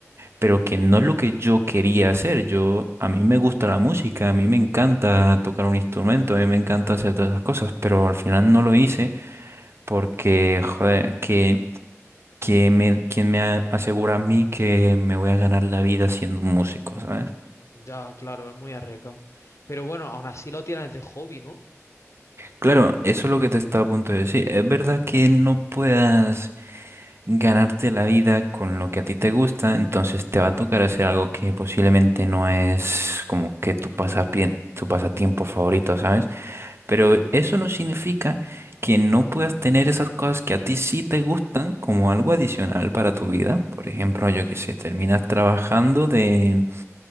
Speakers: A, on the right (about 55°); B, on the left (about 65°).
A: pero que no es lo que yo quería hacer. Yo, a mí me gusta la música, a mí me encanta tocar un instrumento, a mí me encanta hacer todas esas cosas, pero al final no lo hice porque, joder, que... que me, quien me a- asegura a mí que me voy a ganar la vida siendo un músico, ¿sabes?
B: ya, claro, es muy arriesgado. Pero bueno, aún así lo tienes de hobby, ¿no?
A: Claro, eso es lo que te estaba a punto de decir. Es verdad que no puedas ganarte la vida con lo que a ti te gusta, entonces te va a tocar hacer algo que posiblemente no es como que tu pasapien- tu pasatiempo favorito, ¿sabes? Pero eso no significa que no puedas tener esas cosas que a ti sí te gustan como algo adicional para tu vida. Por ejemplo, yo qué sé, terminas trabajando de,